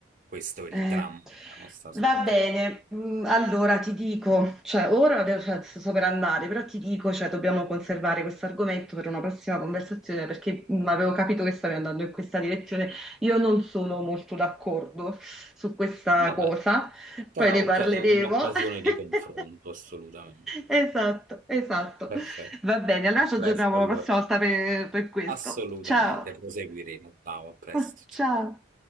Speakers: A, on the right; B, in the centre.
A: Questo è
B: Eh,
A: il dramma della nostra società.
B: va bene, mm, allora ti dico, cioè ora adesso cioè, sto per andare, però ti dico, cioè, dobbiamo conservare questo argomento per una prossima conversazione perché mm, avevo capito che stavi andando in questa direzione. Io non sono molto d'accordo su questa
A: Vabbè.
B: cosa,
A: Sarà
B: poi ne
A: occa-
B: parleremo.
A: un'occasione di confronto,
B: <laughs>
A: assolutamente.
B: Esatto, esatto.
A: Perfetto.
B: Va bene, allora
A: A
B: ci aggiorniamo
A: presto allora.
B: la prossima volta per per questo.
A: Assolutamente,
B: Ciao.
A: proseguiremo. Ciao, a presto.
B: <laughs> Ciao.
A: Ciao.